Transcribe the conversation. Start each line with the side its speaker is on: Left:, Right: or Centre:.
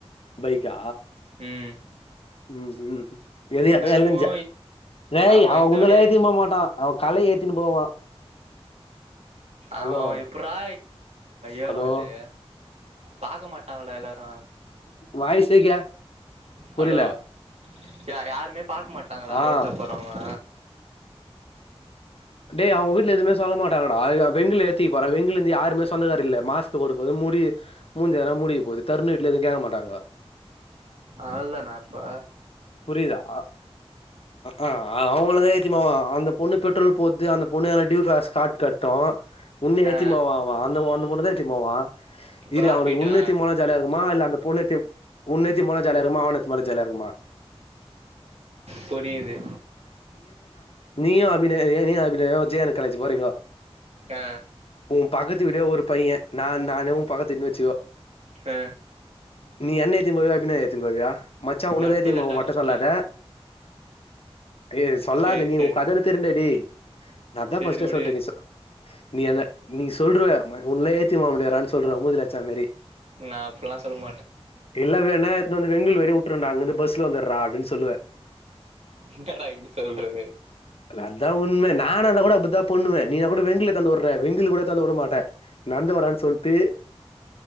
Left: பைக்கா
Right: ம்
Left: ம் ம் எது எல
Right: தினமு
Left: எலஞ்சா யேய்
Right: ஆமா
Left: அவன்
Right: இந்த
Left: உன்னல
Right: வழியா
Left: ஏத்தின் போ மாட்டா அவன் கலைய ஏத்தின்னு போவா
Right: அவ
Left: ஹலோ
Right: அவன் எப்புற்றா ஏறும்
Left: ஹலோ
Right: அது பாக்க மாட்டாங்களா எல்லாரு
Left: வாய்ஸே கே புரியல
Right: ஹலோ யா யாருமே பாக்க மாட்டாங்களா
Left: ஆ
Right: ரோட்ல போறவங்க
Left: டேய் அவன் வீட்ல எதுமே சொல்ல மாட்டாங்கடா வெங்லு ஏத்திப்பற வெங்குல்ல இருந்து யாரும் சொந்தக்கார இல்ல மாஸ் போட்டு போது மூடி மூஞ்ஜலா மூடி போகுது தருணு வீட்ல எதும் கேக்க மாட்டாங்கோ
Right: அவ்ல தானா அப்போ
Left: புரியுதா அ அ <unintelligible> அவங்களதான் ஏத்தின்னுபோவா அந்த பொண்ணு பெட்ரோல் போத்து அந்த பொண்ணு டீயூ காஸ் காட் கட்டோம் ஒன்னே
Right: ஆ
Left: ஏத்திபோவான் அவன் அந்த பொன் பொன்னதான் யேத்திப்போவான்
Right: ப்ராஃபிட்டா
Left: இரு அவனுக்கு உன்னேத்திபோமாம் ஜாலியா இருக்குமா இல்ல அந்த பொண்ணேத்திப் உன்னேத்திபோனா ஜாலியா இருமா அவன ஏத்தினுபோனா ஜலியா இருமா
Right: புரீது
Left: நீயும் அபிநயம் நீ அபிநயம் விஜயன் காலேஜ் போறீங்கோ
Right: ஆ
Left: உன் பக்கத்து விடு ஒரு பைய நான் நானு பக்கத் வீடு வெச்சுக்க
Right: ஆ
Left: நீ என்ன ஏத்திம் போவியா அபினயா ஏத்திம் போவியா மச்சா உன்னது
Right: நட்பு
Left: ஏத்தின்
Right: தாண்டா
Left: போம் மட்டும்
Right: முக்கியோ
Left: சொல்லாத டேய் சொல்லாத
Right: சேரி
Left: நீ
Right: சேரி
Left: ஊன் கதன்னு தெரிண்ட டே நான் தான்
Right: சேரி
Left: ஃபஸ்ட்டே
Right: வுடு
Left: சொல்டே நீ சொல் நீ என்ன நீ சொ சொல்றேன் ம உன்னே ஏத்தின் போ முடியாறான்னு சொல்றன் மூஞ்ஞிலச்சா மேரி
Right: நான் அப்புல்லா சொல்லமா
Left: இல்ல வேணா இட்னு வந்து வெங்ளூர் வரையும் வுட்றேன்டா அங்கந்து பஸ்ல வந்துற்றா அப்டின்னு சொல்லுவே
Right: என்னடா இப்டி சொல்ற
Left: இல்ல அதான் உன்ம நானா நான் கூட அப்புத்தான் பண்ணுவே நீ கூட வெங்ல இட்டாந்து வுடுற வெங்கல் கூட வந்து உடமாட்டே நடன்ந்து வாடான் சொல்ட்டு